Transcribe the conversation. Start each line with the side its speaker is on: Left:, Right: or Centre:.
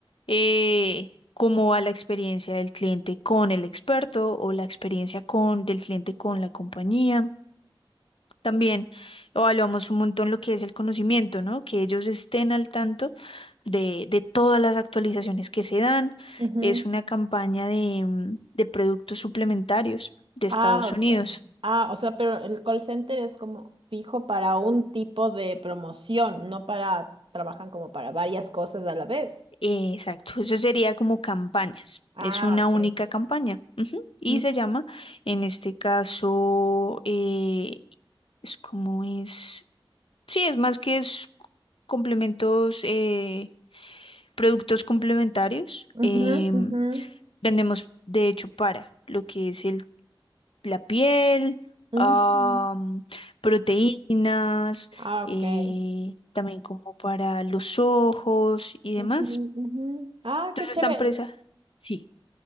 Left: eh, cómo va la experiencia del cliente con el experto o la experiencia con, del cliente con la compañía también evaluamos un montón lo que es el conocimiento, ¿no? Que ellos estén al tanto de, de todas las actualizaciones que se dan.
Right: ujú.
Left: Es una campaña de, mm, de productos suplementarios de
Right: Ah,
Left: Estados
Right: ok.
Left: Unidos.
Right: Ah, o sea, pero el call center es como fijo para un tipo de promoción, no para, trabajan como para varias cosas a la vez.
Left: Eh, Exacto, <laughs> eso sería como campañas.
Right: Ah,
Left: Es una única
Right: ok.
Left: campaña. ujú, Y
Right: Mm,
Left: se llama, en este caso, eh, es como es, sí, es más que es complementos, eh, productos complementarios.
Right: ujú,
Left: em,
Right: ujú,
Left: Vendemos, de hecho, para lo que es el, la piel,
Right: mm.
Left: am, proteínas,
Right: Ah, ok.
Left: eh, también como para los ojos y demás.
Right: Ujú, ujú. Ah,
Left: Entonces,
Right: qué chévere.
Left: esta empresa, sí,